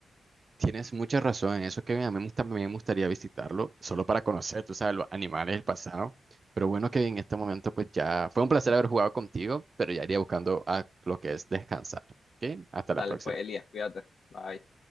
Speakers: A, on the right; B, on the left.
A: Tienes mucha razón en eso que a mí también me gustaría visitarlo, solo para conocer, tú sabes, los animales del pasado. Pero bueno que en este momento pues ya fue un placer haber jugado contigo, pero ya iría buscando a lo que es descansar. ¿Ok? Hasta
B: Dale,
A: la próxima.
B: pues, Elías, cuídate. Bye.